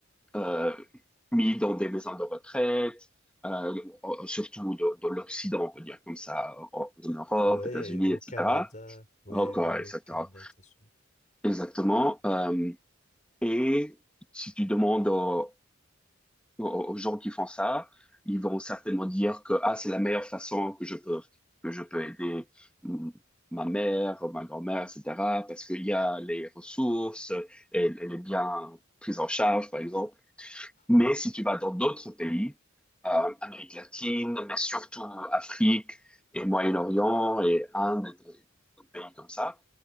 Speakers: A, in the centre; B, on the left.
A: euh, mises dans des maisons de retraite, euh, euh, surtout de, de l'Occident, on peut dire comme ça, en, en Europe,
B: Ouais,
A: États-Unis,
B: au
A: etc.
B: Canada. Ouais,
A: Encore,
B: ouais, ouais,
A: etc.
B: Canada, États-Unis.
A: Exactement. Euh, et si tu demandes aux, aux, aux gens qui font ça. Ils vont certainement dire que ah, c'est la meilleure façon que je peux, que je peux aider mm, ma mère, ma grand-mère, etc. Parce qu'il y a les ressources, elle, elle est bien prise en charge, par exemple. Mais
B: Mhm.
A: si tu vas dans d'autres pays, euh, Amérique latine, mais surtout Afrique et Moyen-Orient et Inde, et des des pays comme ça,